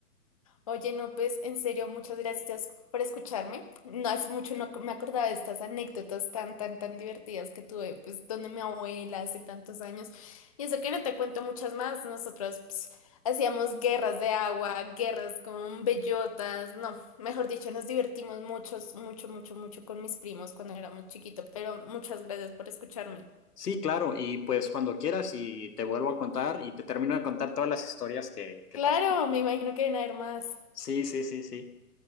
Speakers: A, on the left (about 25°); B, on the left (about 80°).
A: Oye, no, pues en serio, muchas gracias por escucharme. No hace mucho no me acordaba de estas anécdotas tan, tan, tan divertidas que tuve, pues, donde mi abuela hace tantos años. Y eso que no te cuento muchas más. Nosotros pues, hacíamos guerras de agua, guerras con bellotas. No, mejor dicho, nos divertimos mucho, mucho, mucho, mucho con mis primos cuando éramos chiquitos. Pero muchas gracias por escucharme.
B: Sí, claro, y pues cuando quieras y te vuelvo a contar y te termino de contar todas las historias que, que
A: Claro,
B: pasan.
A: me imagino que van a haber más.
B: Sí, sí, sí, sí.